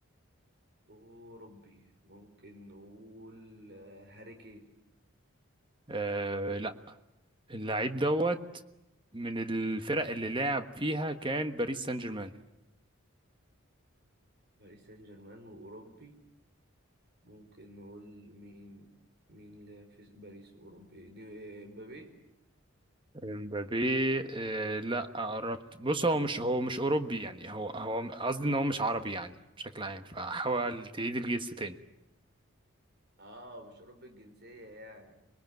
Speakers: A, on the right (about 50°); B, on the right (about 20°).
A: اوروبي ممكن نقول آه، هاري كين
B: آه لا اللعيب دوت من الفرق اللي لعب فيها كان باريس سان جيرمان
A: باريس سان جيرمان واوروبي ممكن نقول مين مين اللي في باريس واوروبي ني- امبابي
B: امبابي آه، لا قربت بص هو مش هو مش اوروبي يعني هو هو قصدي ان هو مش عربي يعني بشكل عام فحاول تعيد الجس تاني
A: اه مش اوروبي الجنسية يعني